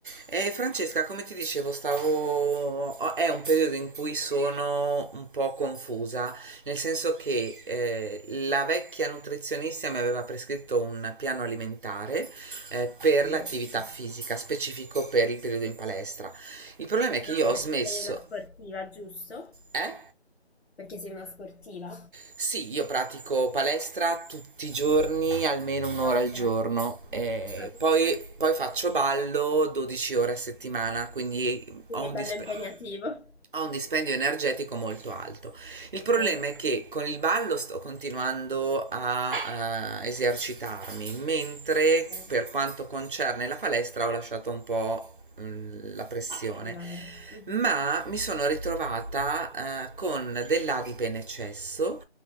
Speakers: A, on the right; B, on the left.
A: Eh, Francesca, come ti dicevo, stavo... oh, è un periodo in cui sono un po' confusa, nel senso che eh, la vecchia nutrizionista mi aveva prescritto un piano alimentare eh, per
B: Sì.
A: l'attività fisica, specifico per il periodo in palestra. Il problema è che
B: Anche
A: io ho
B: perché
A: smesso...
B: sei una sportiva, giusto?
A: Eh?
B: Perché sei una sportiva?
A: Sì, io pratico palestra tutti i giorni, almeno un'ora
B: Ok.
A: al giorno, eh,
B: Ah, perfetto.
A: poi, poi faccio ballo 12 ore a settimana, quindi
B: Quindi
A: ho un
B: è bello
A: dispendio.
B: impegnativo.
A: ha un dispendio energetico molto alto. Il
B: Mhm.
A: problema è che con il ballo sto continuando a, a esercitarmi, mentre
B: Ok.
A: per quanto concerne la palestra ho lasciato un po' mh, la pressione,
B: Andare. Mhm.
A: ma mi sono ritrovata eh, con dell'adipe in eccesso